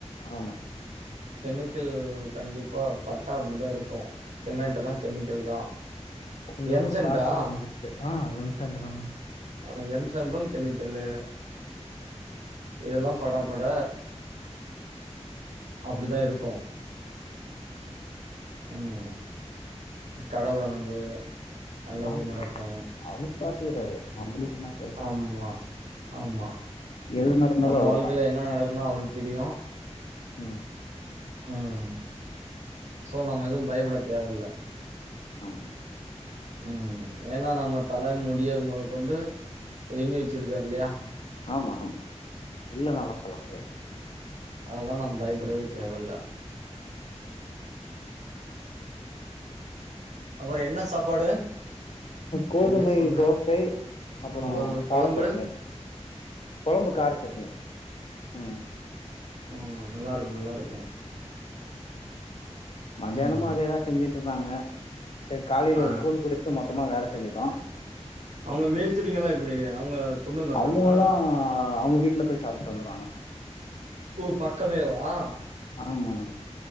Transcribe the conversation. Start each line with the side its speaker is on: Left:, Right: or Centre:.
Left: ஆமா
Right: கெமிக்கல் கண்டிப்பா பட்டா அப்படிதா இருக்கு சிமெண்ட்டுமே கெமிக்கல் தா
Left: இந்த
Right: எம்சன்டா
Left: ஒரு வாரத்துல முடிச்சுட்டு ஆ எம் சாண்டுதானா
Right: அ எம்சாண்டு கெமிக்கல்லு இதெல்லா பட பட அப்படிதா இருக்கு ம் கடவுள நம்பு நல்லது
Left: நவ்
Right: நடக்கு
Left: அவுரு பாத்துக்கறாரு நம்மளுக்கு என்னா
Right: அம்மா ஆமா
Left: எது நடந்தாலு
Right: நம்ம
Left: அவரு
Right: வாழ்க்கைல
Left: தா
Right: என்ன நடக்கனு அவருக்கு தெரியு
Left: ம்
Right: ம். சோ நம்ம எதுவு பயப்பட தேவல்ல
Left: ஆமா
Right: ம் ஏன்னா நம்ம தல முடிய மொதக்கொண்டு எண்ணி வச்சிருக்காரு இல்லையா
Left: ஆமா ஆமா இல்லனல்லா சொல்ல முடியாது
Right: அதெல்லா நம் பயப்படவே தேவையில்ல அப்பற என்ன சாப்பாடு
Left: கோதுமை
Right: ஒன்னே சொன்னே.
Left: தோசை அப்பற
Right: ம்.
Left: கார
Right: கொழம்பு,
Left: சட்னி கொழம்பு கார சட்னி ம்
Right: ம் நல்லாருக்கு நல்லாருக்கு
Left: மத்தியானமு
Right: ம்.
Left: அதேதா செஞ்சுட்ருந்தாங்க சரி காலைல
Right: ஆ.
Left: ஒரு கூல் குடிச் மொத்தமா வேல செஞ்சுட்டோ
Right: அவங்க மேஸ்திரிங்கல்லா எப்படி அவங்க கொண்டு வந்துர்றாங்களா?
Left: அவங்கல்லா அவங்க வீட்ல போய் சாப்ட்டு வந்துருவாங்க
Right: ஓ பக்கமே வா
Left: ஆமா